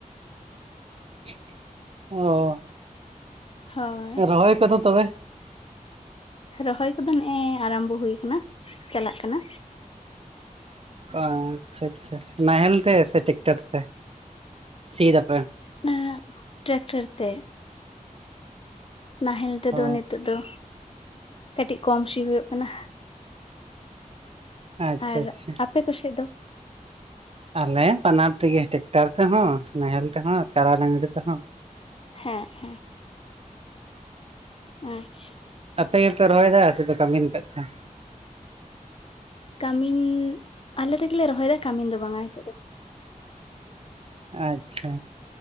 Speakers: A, on the right; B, on the left.
A: ᱚᱻ᱾
B: ᱦᱳᱭ
A: ᱨᱚᱦᱚᱭ ᱠᱚᱫᱚ ᱛᱚᱵᱮ?
B: ᱨᱚᱦᱚᱭ ᱠᱚᱫᱚ ᱱᱮᱜᱼᱮ ᱟᱨᱟᱢᱵᱚ ᱦᱩᱭ ᱠᱟᱱᱟ, ᱪᱟᱞᱟᱜ ᱠᱟᱱᱟ᱾
A: ᱚ ᱟᱪᱪᱷᱟ ᱟᱪᱪᱷᱟ, ᱱᱟᱦᱮᱞ ᱛᱮ ᱥᱮ ᱴᱮᱠᱴᱟᱨ ᱛᱮ, ᱥᱤᱫ ᱮᱫᱟ ᱯᱮ?
B: ᱱᱟᱦᱟᱜ ᱴᱨᱟᱠᱴᱟᱨ ᱛᱮ᱾ ᱱᱟᱦᱮᱞ ᱛᱮᱫᱚ
A: ᱚ
B: ᱱᱮᱛᱚᱜ ᱫᱚ, ᱠᱟᱹᱴᱤᱡ ᱠᱚᱢ ᱥᱤ ᱦᱩᱭᱩᱜ ᱠᱟᱱᱟ᱾
A: ᱟᱪᱪᱷᱟ
B: ᱟᱨ
A: ᱟᱪᱪᱷᱟ᱾
B: ᱟᱯᱮ ᱠᱚ ᱥᱮᱫ ᱫᱚ?
A: ᱟᱞᱮ ᱵᱟᱱᱟᱨ ᱛᱮᱜᱮ ᱴᱮᱠᱴᱟᱨ ᱛᱮᱦᱚᱸ, ᱱᱟᱦᱮᱞ ᱛᱮᱦᱚᱸ, ᱠᱟᱲᱟ ᱰᱟᱝᱨᱤ ᱛᱮᱦᱚᱸ᱾
B: ᱦᱮᱸ ᱦᱮᱸ᱾ ᱟᱪᱪᱷᱟ
A: ᱟᱯᱮ ᱜᱮᱯᱮ ᱨᱚᱦᱚᱭᱮᱫᱟ ᱥᱮᱯᱮ ᱠᱟᱢᱤᱱ ᱠᱟᱜ ᱠᱷᱟᱱ?
B: ᱠᱟᱢᱤᱱ, ᱟᱞᱮ ᱛᱮᱜᱮᱞᱮ ᱨᱚᱦᱚᱭᱮᱫᱟ ᱠᱟᱢᱤᱱ ᱫᱚ ᱵᱟᱝᱟ ᱦᱤᱛᱚᱜ ᱫᱚ᱾
A: ᱟᱪᱪᱷᱟ᱾